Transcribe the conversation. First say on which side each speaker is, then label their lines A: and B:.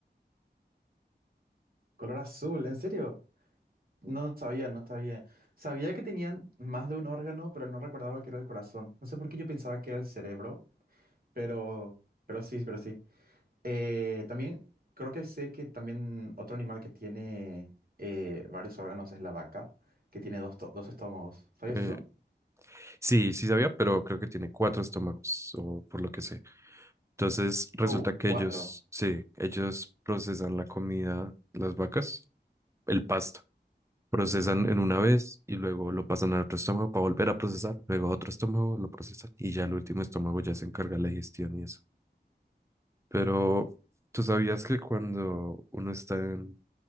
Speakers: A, on the right (about 55°); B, on the right (about 15°).
A: color azul, ¿en serio? No sabía, no sabía. Sabía que tenían más de un órgano, pero no recordaba que era el corazón. No sé por qué yo pensaba que era el cerebro, pero, pero sí, pero sí. Eh, también creo que sé que también otro animal que tiene eh, varios órganos es la vaca, que tiene dos, to- dos estómagos. ¿Sabías
B: Eh,
A: eso?
B: sí, sí sabía, pero creo que tiene cuatro estómagos o por lo que sé. Entonces resulta
A: Oh,
B: que
A: cuatro.
B: ellos, sí, ellos procesan la comida, las vacas, el pasto. procesan en una vez y luego lo pasan a otro estómago para volver a procesar, luego a otro estómago lo procesan y ya el último estómago ya se encarga de la digestión y eso. Pero tú sabías que cuando uno está en,